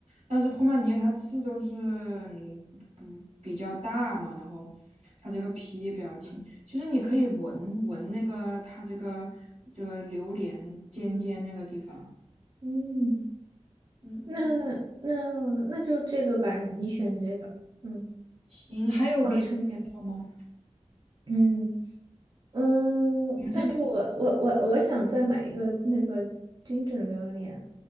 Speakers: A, on the right; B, on the right.
A: 但是托曼尼它刺都是嗯不比较大嘛，然后它这个皮也比较轻。其实你可以闻闻那个它这个这个榴莲尖尖那个地方。
B: 嗯，
A: 嗯，
B: 那那
A: 嗯，
B: 那就这个吧，你你选的这个。嗯。
A: 行，还有别的需要吗？
B: 帮我称一下。嗯嗯，
A: 我们这边
B: 但是我我我我想再买一个那个金枕榴莲。